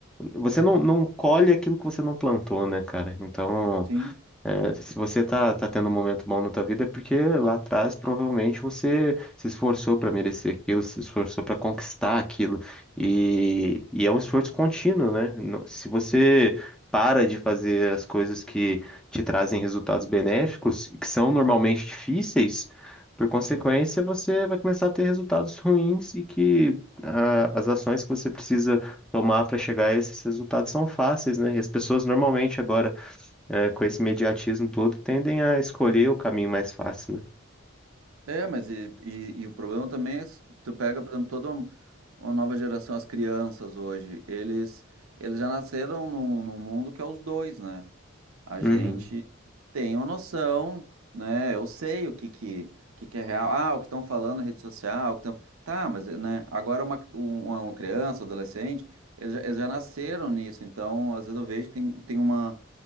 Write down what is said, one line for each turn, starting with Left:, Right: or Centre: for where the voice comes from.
Centre: Você não, não colhe aquilo que você não plantou, né, cara? Então.
Right: Sim.
Centre: É, se você tá, tá tendo um momento bom na tua vida, é porque lá atrás provavelmente você se esforçou para merecer aquilo, se esforçou para conquistar aquilo. E, e é um esforço contínuo, né? No- Se você para de fazer as coisas que te trazem resultados benéficos, e que são normalmente difíceis, por consequência, você vai começar a ter resultados <laughs> ruins e que ah, as ações que você precisa tomar para chegar a esses resultados são fáceis, né? E as pessoas normalmente agora é, com esse imediatismo todo, tendem a escolher o caminho mais fácil, né?
Right: É, mas e, e, e o problema também é se tu pega, por exemplo, toda um- uma nova geração, as crianças hoje, eles, eles já nasceram num, num mundo que é os dois, né? A gente
Centre: Uhum.
Right: tem uma noção, né? Eu sei o que que, que, que é real. Ah, o que estão falando na rede social, o que tão... Tá, mas né? Agora uma, uma, uma criança, um adolescente, eles já, eles já nasceram nisso. Então, às vezes eu vejo que tem, tem uma...